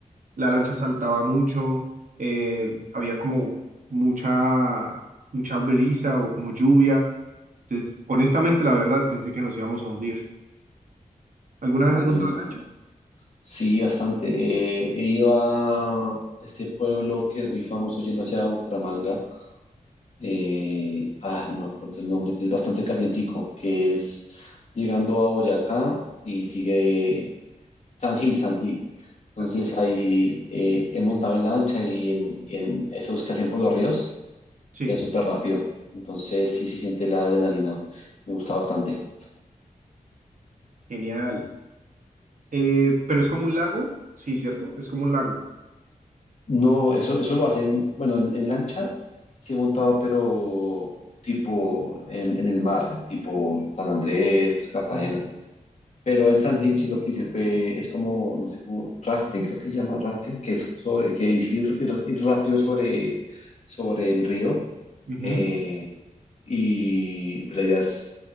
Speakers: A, on the right; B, on the left.
A: la lancha saltaba mucho, eh, había como mucha, mucha brisa o como lluvia. Entonces, honestamente, la verdad, pensé que nos íbamos a hundir. ¿Alguna
B: Uy,
A: vez has montado
B: no.
A: lancha?
B: Sí, bastante. Eh, he ido a este pueblo que es muy famoso yendo hacia Bucaramanga. Eh, ah, no me acuerdo el nombre, que es bastante calientico, que es llegando a Boyacá y sigue San Gil, San Gil. Entonces
A: Ají.
B: ahí eh, he montado en lancha y en, en esos que hacen por los ríos.
A: Sí,
B: es súper rápido. Entonces sí se siente la adrenalina. Me gusta bastante.
A: genial. Eh, pero es como un lago, sí, ¿cierto? Es como un lago.
B: No, eso, eso lo hacen, bueno, en, en lancha sí he montado, pero tipo en, en el mar, tipo San Andrés, Cartagena.
A: Ujú.
B: Pero en San Gil sí lo que hice fue, es como, no sé, como rafting, creo que se llama rafting, que es sobre, que es ir, ir- ir rápido sobre, sobre el río.
A: Ujú.
B: Eh, y pues, la idea es,